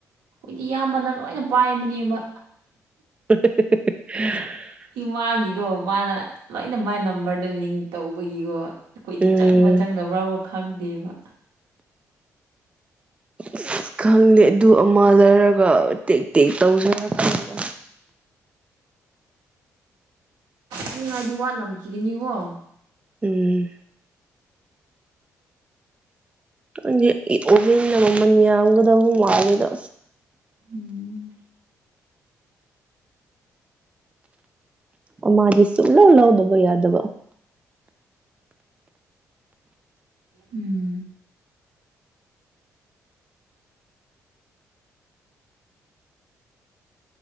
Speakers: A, on the right (about 80°); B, on the right (about 15°).
A: ꯈꯣꯏꯗꯤ ꯏꯌꯥꯝꯕꯅ ꯂꯣꯏꯅ ꯄꯥꯏꯕꯅꯦꯕ
B: <unintelligible>
A: ꯏꯃꯥꯒꯤꯗꯣ ꯃꯥꯅ ꯂꯣꯏꯅ ꯃꯥꯏ ꯅꯝꯕꯔꯗ ꯂꯤꯡ ꯇꯧꯕꯒꯤꯀꯣ ꯑꯩꯈꯣꯏꯗꯤ
B: ꯎꯝ
A: ꯆꯪꯕ꯭ꯔꯥ ꯆꯪꯗꯕ꯭ꯥꯔꯕꯥꯎ ꯈꯪꯗꯦꯕ
B: ꯏꯁ ꯈꯪꯗꯦ ꯑꯗꯨ ꯑꯃ ꯂꯩꯔꯒ ꯇꯦꯛ ꯇꯦꯛ ꯇꯧꯖꯔ ꯈꯪꯕ
A: ꯑꯅꯤꯡ ꯍꯥꯏꯗꯤ ꯋꯥꯠꯂꯝꯈꯤꯒꯅꯤꯒꯣ
B: ꯎꯝ ꯈꯪꯗꯦ ꯑꯩ ꯑꯣꯚꯦꯟꯅ ꯃꯥꯃꯟ ꯌꯥꯝꯒꯗꯕ ꯃꯥꯂꯦꯗ
A: ꯎꯝ
B: ꯑꯃꯗꯤ ꯁꯨꯡꯂꯧ ꯂꯧꯗꯕ ꯌꯥꯗꯕ
A: ꯎꯝ